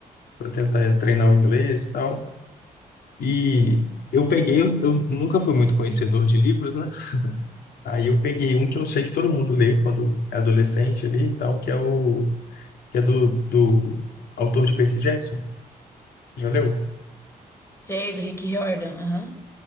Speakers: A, on the left; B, on the left.
A: Para tentar treinar o inglês e tal. E eu peguei, eu eu nunca fui muito conhecedor de livros, né? Aí eu peguei um que eu sei que todo mundo lê quando é adolescente ali e tal, que é o que é do, do autor de Percy Jackson. Já leu?
B: Sei, do Rick Riordan. Aham.